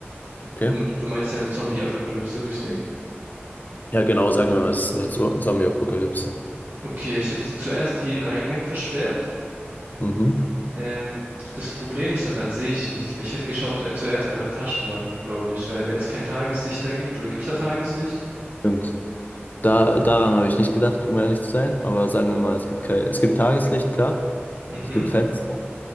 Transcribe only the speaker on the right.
Du, du meinst ja eine Zombie-Apokalypse, richtig?
Okay, ich hätte zuerst jeden Eingang versperrt.
Ähm, das Problem ist dann, dann sehe ich nichts mehr. Ich hätte geschaut, äh, zuerst mal nach Taschenlampen, glaube ich, weil wenn es kein Tageslicht da gibt, oder gibt es da Tageslicht?
Mhm,